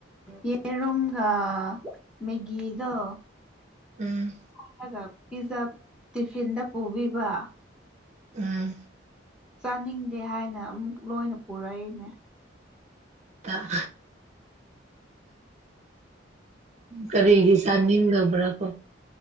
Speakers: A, in the centre; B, on the right (about 35°).
A: ꯌꯦꯔꯒ ꯃꯦꯒꯗꯣ
B: ꯎꯝ
A: ꯊꯔꯒ ꯄꯤꯖꯥ ꯇꯤꯐꯤꯟꯗ ꯄꯨꯕꯤꯕ
B: ꯎꯝ
A: ꯆꯥꯅꯤꯡꯗꯦ ꯍꯥꯏꯅ ꯑꯃꯨꯛ ꯂꯣꯏꯅ ꯄꯨꯔꯛꯏꯅꯦ
B: ꯇ ꯀꯔꯤꯒꯤ ꯆꯥꯅꯤꯡꯗꯕ꯭ꯔꯥ ꯀꯣ